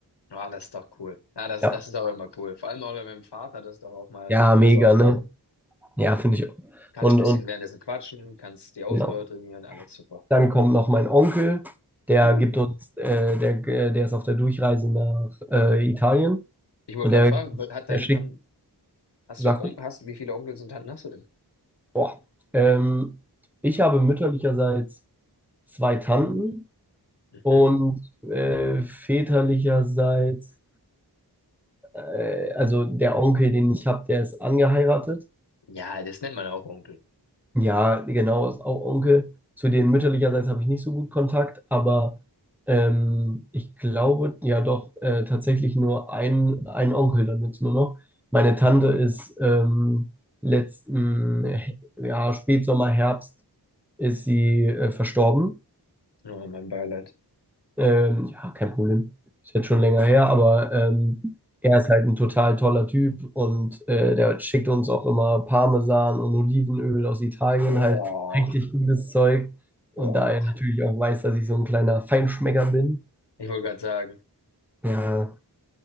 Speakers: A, on the left; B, in the centre.
A: Ah, das ist doch cool. Ja, das,
B: Ja.
A: das ist auch immer cool. Vor allem auch mit dem Vater, das ist doch auch mal,
B: Ja, mega,
A: das ist auch,
B: ne? Ja, finde ich.
A: Kannst
B: Und,
A: ein bisschen
B: und
A: währenddessen quatschen, kannst die Ausdauer
B: genau.
A: trainieren, alles super.
B: Dann kommt noch mein Onkel, der
A: Uh,
B: gibt uns, äh, der, äh, der ist auf der Durchreise nach äh, Italien
A: ich wollte
B: und
A: gerade
B: der,
A: fragen, wa- hat
B: der
A: dein,
B: schickt,
A: haben, hast
B: sag
A: du Onkel,
B: ruhig,
A: hast, wie viele Onkels und Tanten hast du denn?
B: boah, ähm, ich habe mütterlicherseits zwei Tanten
A: Mhm.
B: und äh, väterlicherseits, äh, also der Onkel, den ich habe, der ist angeheiratet.
A: Ja, das nennt man auch Onkel.
B: Ja, genau, ist auch Onkel. Zu denen mütterlicherseits habe ich nicht so gut Kontakt, aber ähm, ich glaube ja doch äh, tatsächlich nur ein, ein Onkel dann jetzt nur noch. Meine Tante ist ähm, letzten, äh, ja, Spätsommer, Herbst ist sie äh, verstorben.
A: Oh, mein Beileid.
B: Ähm, ja, kein Problem. Ist jetzt schon länger her, aber ähm, er ist halt ein total toller Typ und äh, der schickt uns auch immer Parmesan und Olivenöl aus Italien,
A: Oh,
B: halt richtig gutes Zeug. Und
A: oh.
B: da er natürlich auch weiß, dass ich so ein kleiner Feinschmecker bin.
A: Ich wollte gerade sagen,
B: Ja,